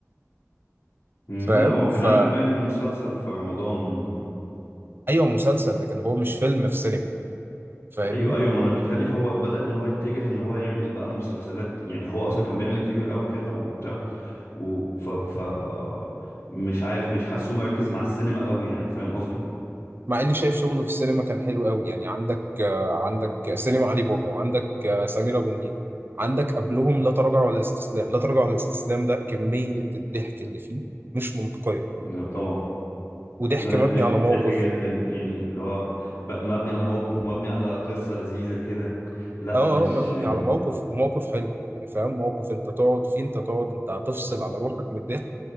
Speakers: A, on the left; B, on the right.
A: أمم،
B: فاهم
A: لا هو كان عامل
B: مم.
A: باين المسلسل في رمضان
B: فايوه مسلسل لكن هو مش فيلم في سينما فاهمني
A: ايوه ايوه ما انا بيتهيألي هو بدأ ان هو يتجه ان هو يعمل بقى مسلسلات يعني هو اصلا كان بيعمل الكبير قوي كده وبتاع و... ف... ف... مش عارف مش حاسه مركز مع السينما قوي يعني فاهم قصدي؟
B: مع اني شايف شغله في السينما كان حلو قوي يعني عندك آه، عندك سينما علي بابا وعندك آه، سمير ابو النيل عندك قبلهم لا تراجع ولا استسلام لا تراجع ولا استسلام ده كمية الضحك اللي فيه مش منطقية
A: لا، طبعا
B: وضحك
A: لا،
B: مبني
A: ضحك
B: على موقف
A: ضحك جدا يعني اللي هو ب- مبني على موقف ومبني على قصة لذيذة كده لا
B: اه
A: مش
B: اه مبني على موقف وموقف حلو يعني فاهم موقف انت تقعد فيه انت تقعد انت هتفصل على روحك من الضحك